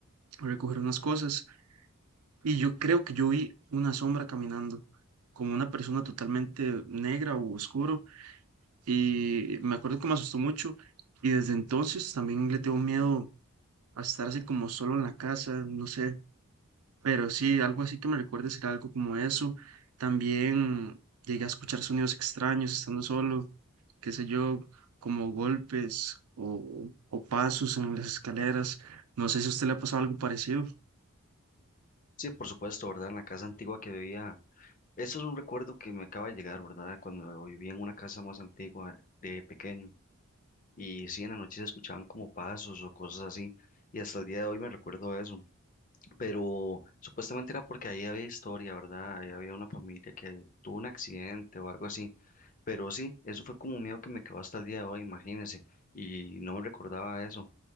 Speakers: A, on the right; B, on the left.
A: a recoger unas cosas. Y yo creo que yo vi una sombra caminando, como una persona totalmente negra o oscuro, y me acuerdo que me asustó mucho, y desde entonces también le tengo miedo a estar así como solo en la casa, no sé, pero sí, algo así que me recuerde ser algo como eso. También llegué a escuchar sonidos extraños estando solo, qué sé yo, como golpes o, o pasos en las escaleras. No sé si a usted le ha pasado algo parecido.
B: Sí, por supuesto, ¿verdad? En la casa antigua que vivía Eso es un recuerdo que me acaba de llegar, ¿verdad? Cuando vivía en una casa más antigua de pequeño. Y sí, en la noche se escuchaban como pasos o cosas así. Y hasta el día de hoy me recuerdo eso. Pero supuestamente era porque ahí había historia, ¿verdad? Ahí había una familia que tuvo un accidente o algo así. Pero sí, eso fue como un miedo que me quedó hasta el día de hoy, imagínense. Y no me recordaba eso.